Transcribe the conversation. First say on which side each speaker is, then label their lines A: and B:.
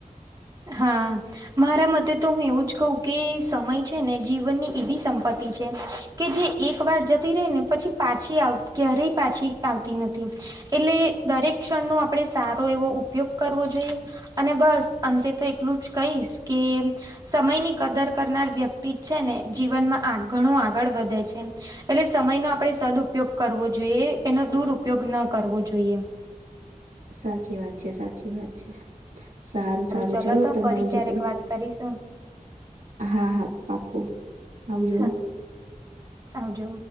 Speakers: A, on the right; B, on the right.
A: હા. મારા મતે તો હું એવું જ કહું કે સમય છે ને જીવનની એવી સંપત્તિ છે. કે જે એક વાર જતી રહી ને પછી પાછી આવતી ક્યારેય પાછી આવતી નથી. એટલે દરેક ક્ષણનો આપણે સારો ઉપયોગ કરવો જોઈએ અને બસ અંતે તો એટલું જ કહીશ કે સમયની કદર કરનાર વ્યક્તિ છે ને જીવનમાં ઘણું આગળ વધે છે. એટલે સમયનો આપણે સદપયોગ કરવો જોઈએ એનો દુરપયોગ ન કરવો જોઈએ.
B: સાચી વાત છે સાચી છે સારું સારું
A: ચલો તો
B: તમારી
A: ફરી ક્યારેક
B: જોડે
A: વાત કરીશું.
B: હા, હા પાકો આવજો.
A: હા આવજો.